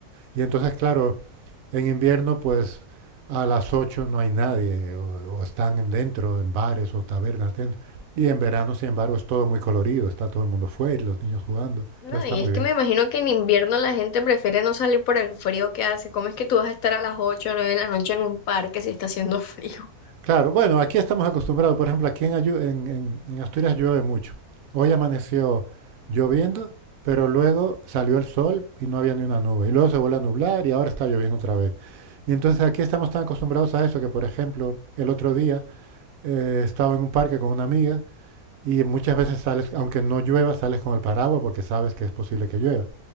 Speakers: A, on the right (about 70°); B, on the left (about 70°).
A: Y entonces, claro, en invierno pues a las 8 no hay nadie o, o están dentro, en bares o tabernas dentro. Y en verano, sin embargo, es todo muy colorido, está todo el mundo fuera y los niños jugando.
B: No,
A: Entonces está
B: y
A: muy
B: es que
A: bien.
B: me imagino que en invierno la gente prefiere no salir por el frío que hace. ¿Cómo es que tú vas a estar a las 8 o 9 de la noche en un parque si está haciendo <laughs> frío?
A: Claro, bueno, aquí estamos acostumbrados. Por ejemplo, aquí en, Ayu- en- en- en Asturias llueve mucho. Hoy amaneció lloviendo, pero luego salió el sol y no había ni una nube. Y luego se vuelve a nublar y ahora está lloviendo otra vez. Y entonces aquí estamos tan acostumbrados a eso que, por ejemplo, el otro día eh, estaba en un parque con una amiga y muchas veces sales, aunque no llueva, sales con el paraguas porque sabes que es posible que llueva.